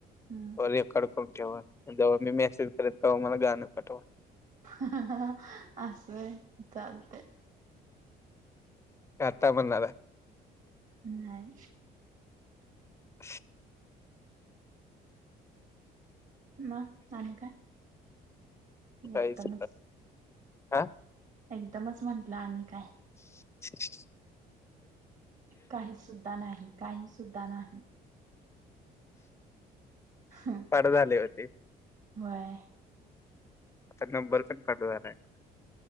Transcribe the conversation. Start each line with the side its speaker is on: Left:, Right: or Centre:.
Right: हम्म.
Left: रेकॉर्ड करून ठेवा जेव्हा मी मेसेज करेल तेव्हा मला गाणं पाठवा.
Right: ह अस व्हय चालतय.
Left: आता म्हणणार आहे.
Right: नाय.
Left: <inaudible>
Right: मग आणि काय?
Left: काहीच
Right: एकदमच
Left: हा
Right: एकदमच म्हटलं आणि काय.
Left: <inaudible>
Right: काही सुद्धा नाही काही सुद्धा नाही. हा.
Left: पाठ झाले वाटतं‌.
Right: व्हय.
Left: <unintelligible>